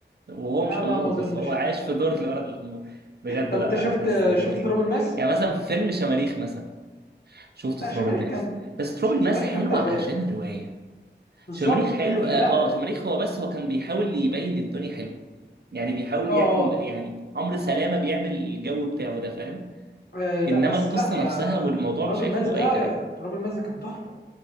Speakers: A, on the right (about 60°); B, on the left (about 60°).
A: وهو
B: آه
A: مش امور
B: لا ما اظنش
A: بس هو عايش في دور الولد الامور بجد
B: طب
A: لا
B: انت شفت
A: انا حاسس ان هو
B: شفت
A: يعني
B: تراب الماس
A: يعني مثلا في فيلم شماريخ مثلا شفت
B: لا
A: تراب
B: شماريخ
A: الماس
B: كان
A: بس تراب
B: شماريخ
A: الماس حلوه
B: كان تعبان
A: علشان الروايه
B: بالظبط
A: شماريخ حلو
B: يعني
A: اه
B: لا
A: آه، شماريخ هو بس هو كان بيحاول يبين الدنيا حلوه يعني بيحاول
B: اه اه
A: يعمل يعني عمرو سلامه بيعمل الجو بتاعه ده فاهم
B: آه، لا
A: انما
B: بس
A: القصه
B: لا يا
A: نفسها والموضوع
B: تراب
A: شايفه
B: الماس ده
A: اي كلام
B: تراب الماس ده كان تحفه